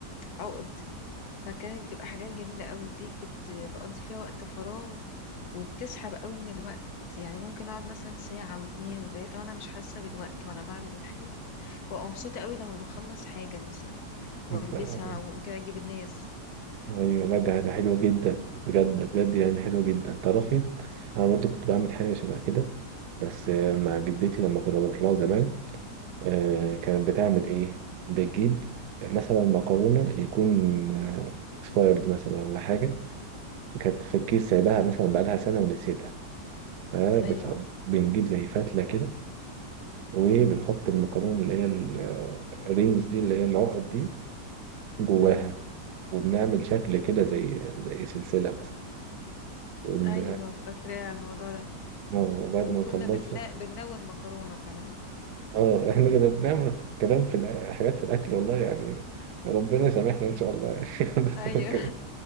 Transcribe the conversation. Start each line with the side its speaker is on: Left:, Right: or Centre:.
Left: عقد فكانت بتبقى حاجات جميلة قوي دي كنت بقضي فيها وقت فراغ وبتسحب قوي من الوقت يعني ممكن اقعد مثلا ساعة واتنين وتلاتة وانا مش حاسة بالوقت وانا بعمل الحاجة وابقى مبسوطة قوي لما بخلص حاجة مثلا والبسها
Right: انت-
Left: وتعجب الناس
Right: ايوه لا ده ده حلو جدا بجد بجد يعني حلو جدا تعرفي انا برضو كنت بعمل حاجه شبه كده بس آه، مع جدتي لما كنا بنروح لها زمان آه، كانت بتعمل ايه بتجيب مثلا مكرونه يكون اكسبايرد مثلا ولا حاجه كانت في الكيس سايباها مثلا بقالها سنه ونسيتها فبت-
Left: ايوه
Right: بنجيب زي فتله كده وبنحط المكرونة اللي هي الرينجز دي اللي هي العقد دي جواها
Left: امم
Right: وبنعمل شكل كده زي زي سلسلة مثلا ون...
Left: ايوه فاكرة على الموضوع ده
Right: وبعد
Left: وكنا
Right: ما نخلصها
Left: بنلا... بنلون مكرونة كمان
Right: اه <laughs> احنا كده بنعمل كلام في الأ- حاجات في الأكل والله يعني ربنا يسامحنا إن شاء الله يعني <laughs> بس
Left: ايوه
Right: ك...